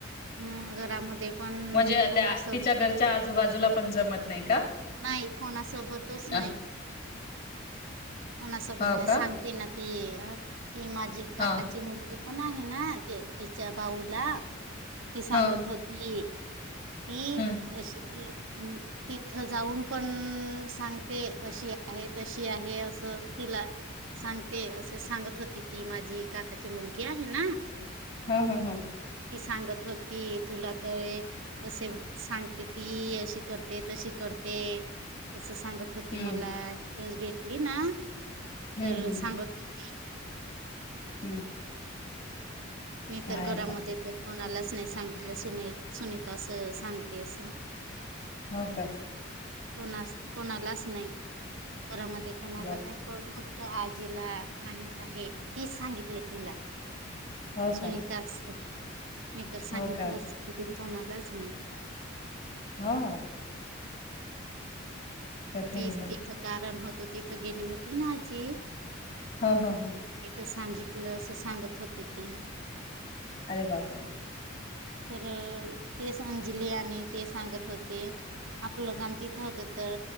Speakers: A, on the right; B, on the left.
A: हम्म घरामध्ये पण
B: म्हणजे
A: कोणासोब
B: त्या तिच्या घरच्या आजूबाजूला पण जमत नाही का?
A: नाही कोणासोबतच नाही
B: अ
A: कोणासोबत
B: हो
A: नाय
B: का
A: सांग ती ना ती -ती माझी काकाची
B: हा
A: मुलगी पण आहे ना ते तिच्या बाऊला ती सांगत
B: ह
A: होती. ती
B: हम्म
A: अशी ए मं तिथ जाऊन पण सांगते अशी आहे, तशी आहे, असं तिला. सांगते असे सांगत होती, ती माझी काकाची मुलगी आहे आहे ना.
B: हा, हा, हा!
A: ती सांगत होती तुला त ये असे सांगते ती अशी करते, तशी करते, असं सांगत थोती
B: हम्म
A: मला दिवस भेटली ना
B: हम्म
A: तर
B: हम्म
A: सांगत होती
B: <inaudible>
A: मी
B: काय
A: तर घरामध्ये
B: आता
A: कोणालाच नाही सांगितलं, सुने सुनीता असं सांगते असं.
B: हो का?
A: कोणास कोणालाच नाही घरामध्ये कोणाला
B: बापर
A: नाही. प फक्त आजीला माहित आहे, तीच सांगितल तिला.
B: हो
A: सुनीता
B: का
A: अस, मी तर सांगितलंच
B: हो का
A: की कुणी कोणालाच नाही.
B: हा हा! कठीण
A: तीच
B: आहे
A: तिथं कारण होतो, तिथं गेली होती ना आजी.
B: हा हा हा!
A: इथं सांगितलं असं सांगत होते ते
B: अरे बापरे
A: तर तेच अंजली आणि ते सांगत होते आपलं काम तिथं होतं तर